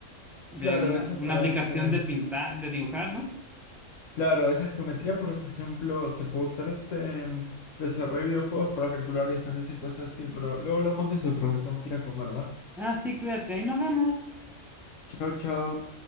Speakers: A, in the centre; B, on the left (about 70°).
A: de
B: Claro,
A: una,
B: eso es
A: una
B: para
A: aplicación
B: este...
A: de pintar, de dibujar, ¿no?
B: Claro, esa geometría, por ejemplo, se puede usar este en desarrollo de videojuegos para calcular distancias y cosas así, pero luego hablamos de eso, porque me tengo que ir a comer, ¿va?
A: Ah, sí, cuídate, ahí nos vemos.
B: Chao, chao.